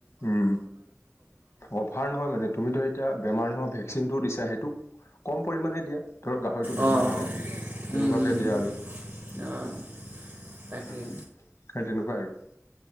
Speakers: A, on the left; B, on the right.
A: উম অভাৰ নহয় মানে তুমি ধৰা এতিয়া বেমাৰ নোহোৱা ভেকচিনটো দিছা সেইটো কম পৰিমাণে দিয়া। ধৰ গাহৰিতটো বেমাৰ
B: অ', অ',
A: নালাগে যেন তেনেকুৱাকে
B: উম, উম, উম,
A: দিয়া আৰু। সেই
B: অ', তাকেই
A: তেনেকুৱাই আৰু।